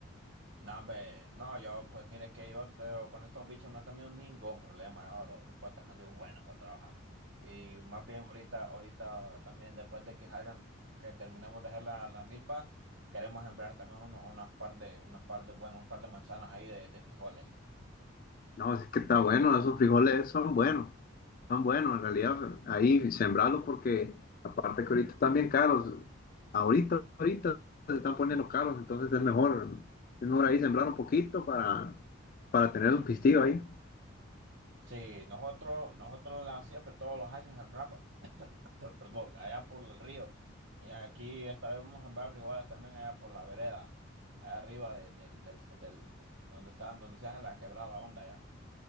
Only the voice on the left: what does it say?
No, es que está bueno, esos frijoles son buenos, son buenos en realidad, ahí sembrarlos porque aparte que ahorita están bien caros, ahorita, ahorita se están poniendo caros, entonces es mejor, es mejor ahí sembrar un poquito para, para tener un pistillo ahí.